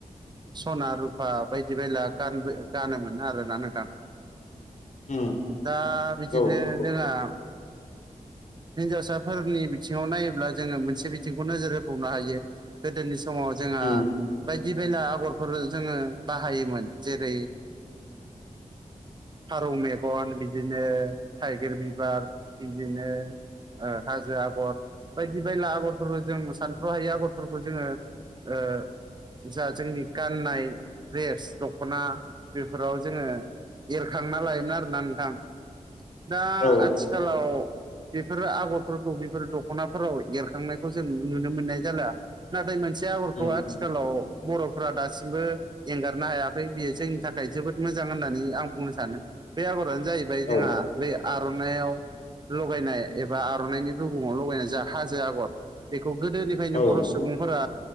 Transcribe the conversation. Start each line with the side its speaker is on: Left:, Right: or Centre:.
Right: सना रुफा बायदि बायला गानबो गानोमोन आरोना नोंथां
Left: उम
Right: दा बिदिनो
Left: औ नंगौ
Right: रोङा हिन्जावसाफोरनि बिथिङाव नायोब्ला जोङो मोनसे बिथिंखौ नोजोर होबावनो हायो। गोदोनि समाव जोंहा
Left: उम
Right: बायदि बेला आगरफोर जोङो बाहायोमोन जेरै फारौ मेगन बिदिनो थाइगिर बिबार बिदिनो हाजो आगर बायदि बायला आगरफोरखौ जों सानथ' हायि आगरफोरखौ जोङो ओ जा जोंनि गाननाय द्रेस दख'ना बेफोराव जोङो एरखांना लायोमोन आरोना नोंथां दा
Left: औ
Right: आथिखालाव बेफोरो आगरफोरखौ बेफोर दख'नाफोराव एरखांनायखौ जों नुनो मोननाय जाला नाथाय मोनसे आगरखौ
Left: उम
Right: आथिखालाव बर' फ्रा दासिमबो एंगारनो हायाखै बियो जोंनि थाखाय जोबोद मोजां होननानै आं बुंनो सानो बे आगरानो जाहैबाय
Left: औ
Right: जोंहा बे आर'नायाव लगायनाय एबा आर'नाइनि रुगुङाव लगायनाय जा हाजो आगर बेखौ गोदोनिफ्रायनो
Left: औ
Right: बर' सुबुंफोरा